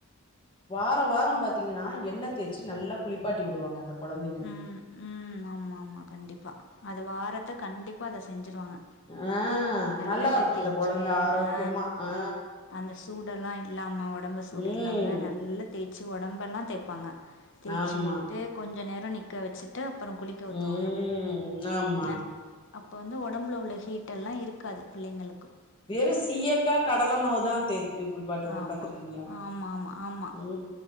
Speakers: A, on the left; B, on the left.
A: வார வாரோ பாத்தீங்கனா என்னத் தேச்சி நல்லா குளிப்பாட் டி விடுவாங்க கொழந்தைங்களுக்கு
B: உ உ ஆமா ஆமா கண்டிப்பா அது வாரத் த கண்டிப்பா அத செஞ்சுரு பாங்க
A: ஆ
B: நல்லண்ண
A: நல்லா இருக்கு
B: தேச்சு
A: அந்த கொழந்த ஆரோக்கியமா
B: ஆ
A: ஆ
B: அந்த சூடெல்லா இல்லாம ஒடம்பு சூடு
A: ம்
B: இல்லாம நல்ல தே ச்சு ஒடம்பெல்லா தேப்பாங்கா தேச்சு
A: ஆமா
B: விட்டு கொஞ் ஞ்ச நேரோ நிக்க வச்சிட்டு அப்றோ குளிக்க ஊத்துவாங்க
A: ம் ஆமா
B: நல்லா அப்போ வந்து ஒடம்புல உள்ள ஹீட்டெல்லா இருக்காது பிள்ளைங்களு
A: வெறு சீயக்கா கடலமாவுதா தேச்சு குளுப்பாட்டுவாங்க
B: ஆமா
A: பாத்துருக்கீங்களா
B: ஆமா ஆமா ஆமா
A: உ